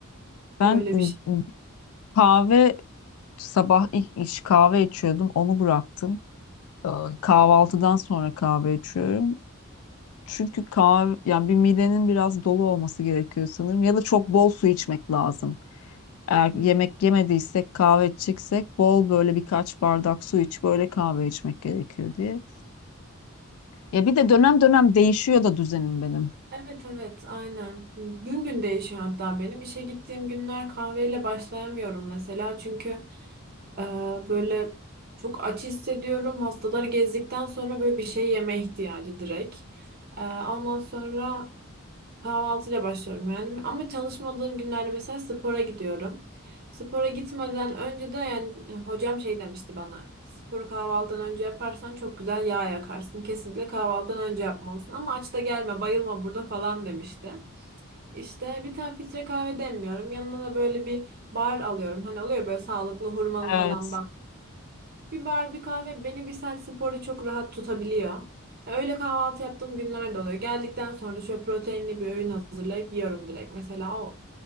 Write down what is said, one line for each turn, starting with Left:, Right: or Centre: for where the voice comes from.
Left: Ben
Right: Öyle
Left: ıı,
Right: bir şey.
Left: kahve sabah ilk iş kahve içiyordum. Onu bıraktım. Ee, Kahvaltıdan sonra kahve içiyorum. Çünkü kahve yani bir midenin biraz dolu olması gerekiyor sanırım ya da çok bol su içmek lazım. Eğer
Right: Hı hı.
Left: yemek yemediysek kahve içeceksek bol böyle birkaç bardak su iç böyle kahve içmek gerekiyor diye. Ya bir de dönem dönem değişiyor da düzenim benim.
Right: Evet evet aynen. Gün gün değişiyor hatta benim. işe gittiğim günler kahveyle başlayamıyorum mesela. Çünkü e, böyle çok aç hissediyorum. Hastaları gezdikten sonra böyle bir şey yeme ihtiyacı direkt. E, ondan sonra Kahvaltıyla başlıyorum yani. Ama çalışmadığım günlerde mesela spora gidiyorum. Spora gitmeden önce de yani hocam şey demişti bana. Sporu kahvaltıdan önce yaparsan çok güzel yağ yakarsın. Kesinlikle kahvaltıdan önce yapmalısın. Ama aç da gelme, bayılma burada falan demişti. İşte bir tane filtre kahve demliyorum. Yanına da böyle bir bar alıyorum. Hani oluyor böyle sağlıklı hurmalı
Left: Evet.
Right: falan bir bar, bir kahve beni bir saat sporda çok rahat tutabiliyor. Ya öyle kahvaltı yaptığım günler de oluyor. Geldikten sonra da şöyle proteinli bir öğün hazırlayıp yiyorum direkt. Mesela o